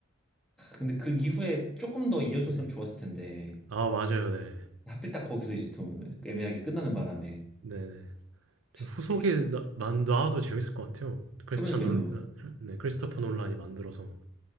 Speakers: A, in the centre; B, on the right.
A: 근데 그 이후에 조금 더 이어졌으면
B: 네.
A: 좋았을 텐데
B: 아, 맞아요, 네.
A: 하필 딱 거기서 이제 좀 애매하게 끝나는 바람에
B: 네네. 후속이
A: 그게 조금
B: 나, 만 나와도 재밌을 것 같아요. 크리스찬
A: 그러니까요.
B: 놀, 네, 크리스토퍼 놀란이 만들어서